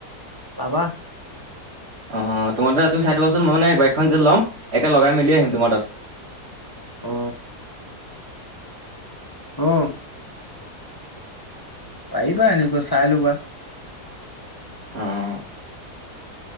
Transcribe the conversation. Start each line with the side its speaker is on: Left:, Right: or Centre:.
Left: পাবা।
Right: অহ তোমাৰ চাই থবাচোন মই মান বাইকখন যে ল'ম একে লগাই মেলি আহিম তোমাৰ তাত।
Left: অ অঁহ, পাৰিবা এনেকুৱা চাই লবা।
Right: অঁহ,